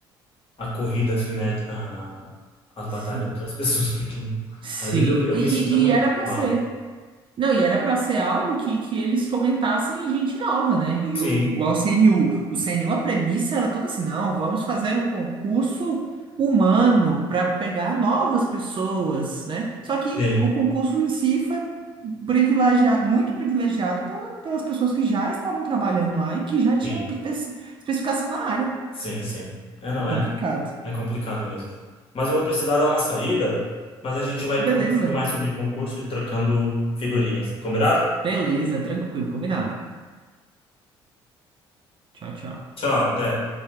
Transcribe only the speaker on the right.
sim.
Sim,
e,
e- e era pra
ser. Não, e era pra ser algo que, que eles fomentassem gente nova, né? E
o- igual o CNU. O CNU, a premissa era toda assim: não, vamos fazer um concurso humano para pegar novas pessoas, né? Só que
o concurso em si foi privilegiado, muito privilegiado pela- pelas pessoas que já estavam trabalhando lá e que já tinham
espe- especificação na área.
Foi complicado.
Ah, beleza,
beleza, tranquilo, combinado. Tchau, tchau.